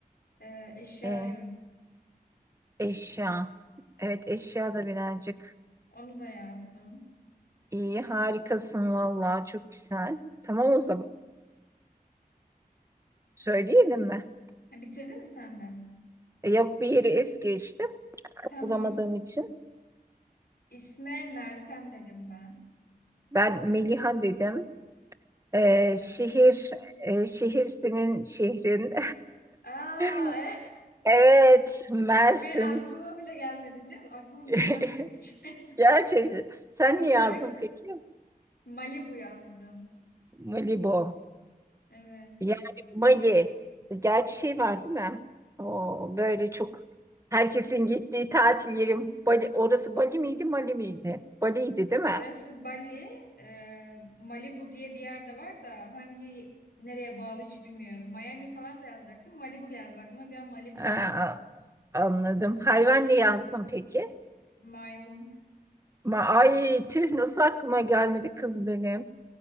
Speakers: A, on the left; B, on the right.
A: Ee, eşya
B: E,
A: arıyorum.
B: Eşya. Evet eşya da birazcık
A: Onu da yazdım.
B: iyi. Harikasın vallahi çok güzel. Tamam
A: <laughs>
B: o zaman. Söyleyelim mi?
A: Ha, bitirdin mi sen de?
B: E, yok bir yeri es geçtim.
A: Tamam.
B: Bulamadığım için.
A: İsme Meltem dedim ben.
B: Ben Meliha dedim. E,
A: Güzel.
B: şehir, e, şehir senin şehrin.
A: Aa,
B: <laughs> Evet, Mersin.
A: <laughs> bir aklıma bile gelmedi biliyor musun? Aklımın
B: <laughs>
A: ucundan bile geçmedi. <laughs>
B: Gerçekten. Sen
A: O
B: ne
A: kadar
B: yazdın peki?
A: Malibu yazdım.
B: Malibu.
A: Evet.
B: Yani Bali, Gerçi şey var değil mi? O böyle çok herkesin gittiği tatil yerim. Bali, orası Bali miydi, Mali miydi? Bali'ydi değil mi?
A: Orası Bali, e, Malibu diye bir yerde var da hangi nereye bağlı hiç bilmiyorum. Miami falan da yazacaktım. Malibu geldi aklıma. Bir an Malibu
B: Aa,
A: yazdım.
B: anladım. Hayvan ne yazdın peki?
A: Maymun.
B: Ma, ay tüh nasıl aklıma gelmedi kız benim.